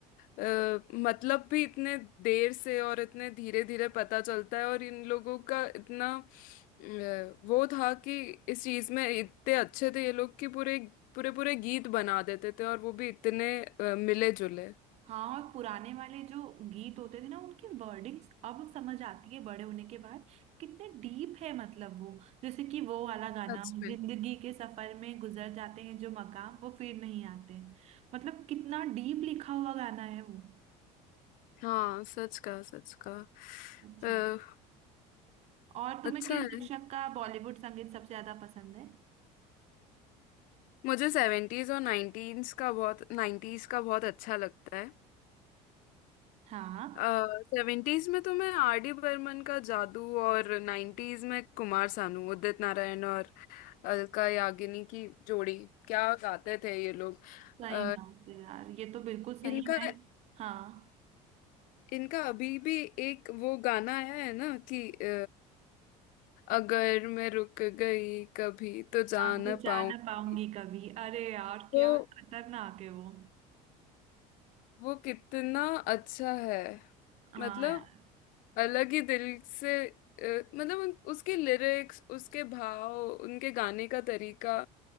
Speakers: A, on the left; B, on the right.
A: अ, मतलब भी इतने देर से और इतने धीरे धीरे पता चलता है और इन लोगों का इतना अ, वो था कि इस चीज में इतने अच्छे थे ये लोग कि पूरे पूरे पूरे गीत बना देते थे और वो भी इतने मिले जुले
B: हाँ और पुराने वाले जो गीत होते थे ना उनकी वर्डिंग्स अब समझ आती है बड़े होने के बाद कितने डीप है मतलब वो जैसे कि वो वाला गाना
A: सच
B: जिंदगी के सफर में गुजर जाते हैं जो मकाम वो फिर नहीं आते मतलब कितना डीप लिखा हुआ गाना है वो
A: हाँ सच का सच का
B: अच्छा
A: अ,
B: है। और तुम्हें
A: अच्छा
B: किस
A: है
B: दशक का बॉलीवुड संगीत सबसे ज्यादा पसंद है
A: मुझे सेवेंटीज और नाइनटीन्स का बहुत नाइन्टीज का बहुत अच्छा लगता है
B: हाँ
A: सेवेंटीज में तो मैं आर डी बर्मन का जादू और नाइन्टीज में कुमार सानू उदित नारायण और अलका याग्निक की जोड़ी क्या गाते थे ये लोग
B: सही
A: अ,
B: बात है यार ये तो बिल्कुल सही
A: इनका
B: मैं हाँ
A: इनका अभी भी एक वो गाना आया है ना कि अ, अगर मैं रुक गई कभी तो जा
B: हाँ
A: ना
B: तो जा
A: पाऊंगी
B: ना पाऊंगी कभी अरे यार
A: वो
B: क्या खतरनाक है वो
A: वो कितना अच्छा है
B: हाँ
A: मतलब
B: यार
A: अलग ही दिल से अ, मतलब उन- उसके लिरिक्स उसके भाव उनके गाने का तरीका